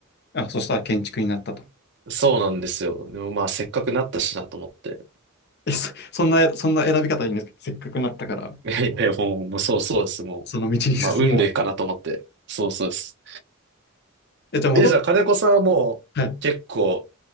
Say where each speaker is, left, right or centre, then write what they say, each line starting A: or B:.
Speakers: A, on the left; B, on the right.
A: あ、そしたら建築になったと。
B: そうなんですよ。でもまあせっかくなったしなと思って。
A: え、そ、そんな、そんな選び方いいんですかせっかくなったから、
B: いやいや、もう、もうそうそうです。もう、
A: その道に進もう。
B: まあ運命かなと思って。そうそうです。
A: え、じゃあ、もともと、
B: え、じゃあ金子さんはもう結構
A: はい。